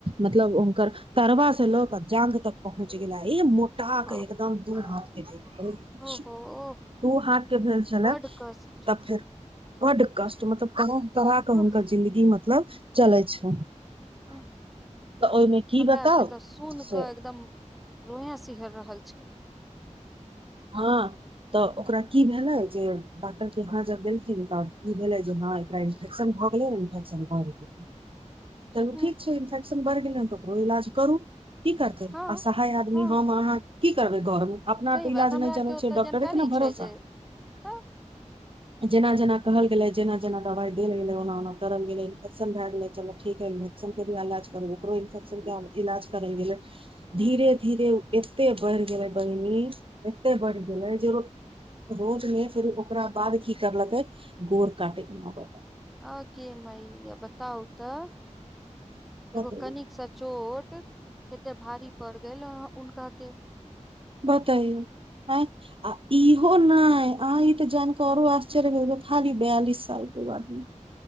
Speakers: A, on the right (about 45°); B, in the centre.
A: मतलब हुनकर तरबा से लऽ क जांग तक पहुँच गेला ई तक
B: बाप
A: एकदम
B: रे
A: दू
B: बाप
A: हाथ केहुत
B: ओहो
A: दू हाथ के भेल छलै
B: बड कष्ट
A: तब फेर। बड़ कष्ट मतलब कोनो तरहके
B: उफ
A: हुनकर जिंन्दगी मतलब चलै छै
B: ओ
A: तऽ ओहिमे की
B: हमरा
A: बताउ
B: आरके तऽ सुन
A: से
B: क एकदम रोये सिहर रहल छथि
A: ह तऽ ओकरा की भेलै जे डॉक्टर केहा जब गेलखिन तब ई भेलै जे ह एकरा इन्फेकशन भऽ गेलै न इन्फ्शन भऽ गेलै
B: <inaudible>
A: चलू
B: हुँ
A: ठीक छै इन्फेक्शन बढ़ि गेलै ह त ओकरो इलाज करू की करतै
B: हँ
A: असहाय आ
B: हँ
A: हम अहाँ कि करबै घरमे अपना
B: सही बात
A: इलाज
B: हमरा
A: नहि
B: आरके
A: जानै
B: ओते
A: छै डक्टर
B: जानकारी
A: केना भरोसा
B: छै जे तऽ
A: जेना जेना कहल गेले जेना जेना दवाई देल गेलय ओना ओना करल गेले इन्फेक्शन भए गेले चल ठीके र के इलाज करू ओकरो इन्फेक्शन क इलाज करे गेल
B: हुँ
A: धीरे
B: हुँ
A: धीरे एते बढ़ गेलै बहिनी एते बढ़ि गेलै जेो रोज मे फेर ओकरा बाद कि करलतै गोर काटे के नौबत
B: आगे मईया बताउ त
A: बतैयौ
B: एगो कनिक सँ चोट कतेक भारी पड़ि गेल हे हुनका के
A: बतइौ आ आ इहो नहि अहाँ ई त जान कऽ आओरो आश्चर्य होब खाली बयालिस सालके बादमे